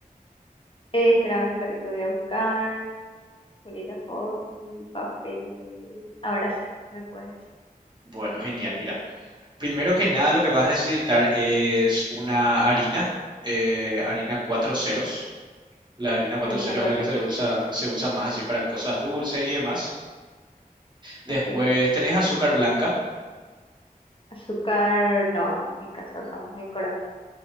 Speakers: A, on the left; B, on the right.
A: Eh, espérame un ratito, voy a buscar bolígrafo y papel. Ahora sí, me puedes decir.
B: Bueno, genial, mira. Primero que nada, lo que vas a necesitar es una harina, eh, harina cuatro ceros. La harina cuatro
A: Harina
B: ceros
A: cuatro
B: es la que se
A: ceros.
B: usa, se usa más así para cosas dulces y demás. Después
A: Ok.
B: tenés azúcar blanca.
A: Azúcar, no, en en casa usamos edulcorante.